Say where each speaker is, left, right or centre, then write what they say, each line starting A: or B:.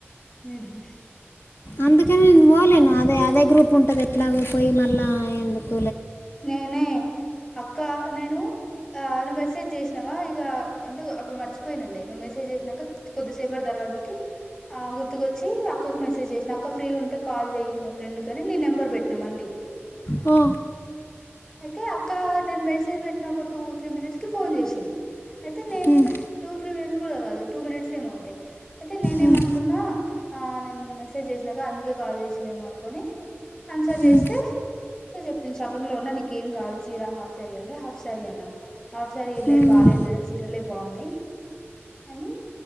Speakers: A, on the left; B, on the left.
A: హుహు
B: అందుకని నేను పోలేను అదే అదే గ్రూప్ ఉంటది ఎట్లాగూ పోయి మళ్ళా ఎందుకు
A: నేనే అక్క నేను ఆ అను మెసేజ్ చేసినావా ఇక అంటే అప్పుడు మర్చిపోయినళ్లే నువ్వు మెసేజ్ చేసినంక కొద్దిసేపటి తర్వాతకి గుర్తుకొచ్చి అక్కకు మెసేజ్ చేసినా అక్క ఫ్రీ ఉంటే కాల్ చెయ్యి మా ఫ్రెండ్ కని నీ నెంబర్ పెట్టినా మళ్ళీ
B: ఓ
A: అయితే అక్క నేను మెసేజ్ పెట్టిన ఒక టూ త్రీ మినిట్స్ కి ఫోన్ చేసింది అయితే నేను
B: ఉమ్,
A: టూ త్రీ మినిట్ కాదు టూ మినిట్స్ ఏమో అంతే అయితే నేనేమనుకున్నా
B: ఉమ్,
A: ఆ నేను మెసేజ్ చేసినాక అందుకే కాల్ చేసిందేమో అనుకోని ఆన్సర్ చేస్తే
B: ఉమ్,
A: అ చెప్ప నేను షాపింగ్లో ఉన్నా నీకు ఏం కావాలి చీర హాఫ్ శారీ అంటే హాఫ్ శారీ అన్నా హాఫ్ శారీలేం
B: ఉమ్.
A: ఏం బాగాలేదు ఇడ చీరలే బాగున్నాయి అని